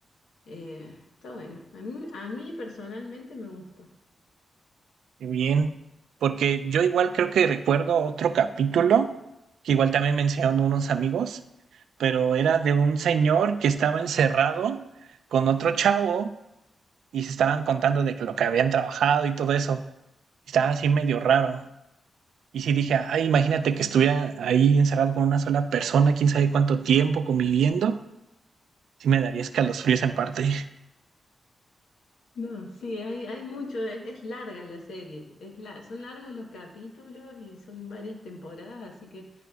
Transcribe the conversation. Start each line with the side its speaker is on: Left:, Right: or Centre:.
Left: Eh, está bueno. A mí, a mí personalmente me gustó.
Right: Qué bien. Porque yo igual creo que recuerdo otro capítulo, que igual también mencionaron unos amigos, pero era de un señor que estaba encerrado con otro chavo y se estaban contando de que lo que habían trabajado y todo eso. Estaba así medio raro. Y sí dije, ay, imagínate que estuviera ahí encerrado con una sola persona, quién sabe cuánto tiempo conviviendo. Sí me daría escalofríos en parte. <laughs>
Left: No, sí, hay, hay mucho, es, es larga la serie, es la- son largos los capítulos y son varias temporadas, así que